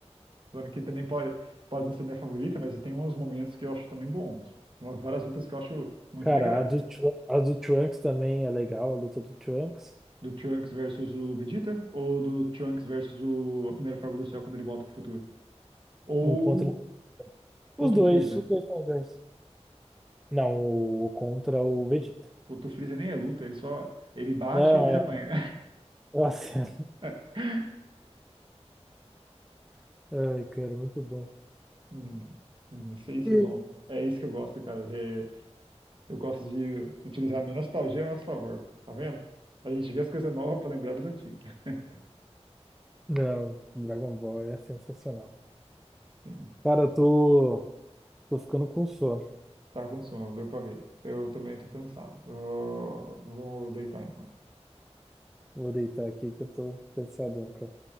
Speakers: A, on the right; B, in the centre.
A: Falando que também pode, pode não ser minha favorita, mas tem uns momentos que eu acho também bons. Umas várias lutas que eu acho muito
B: Cara,
A: legais.
B: a do, Tru- a do Trunks também é legal, a luta do Trunks.
A: Do Trunks versus o Vegeta ou do Trunks versus o, a primeira forma do céu quando ele volta pro futuro? ou
B: O contra.
A: contra
B: Os dois,
A: o Freeza.
B: os dois são legais. Não, o contra o Vegeta.
A: Contra o Freeza nem é luta, ele só ele bate
B: Não,
A: e o Freeza
B: é.
A: apanha.
B: Nossa.
A: <laughs>
B: <laughs> Ai, cara, muito bom.
A: Hum, hum, isso aí, isso
B: <laughs>
A: é bom. É isso que eu gosto, cara. É, eu gosto de utilizar a minha nostalgia a nosso favor. Tá vendo? A gente vê as coisas novas pra lembrar das antigas. <laughs>
B: Não, Dragon Ball é sensacional.
A: Sim,
B: Cara, eu tô, tô ficando com sono.
A: tá com sono, deu pra ver. Eu também tô cansado. Vou, vou deitar então.
B: Vou deitar aqui que eu tô cansadão, cara.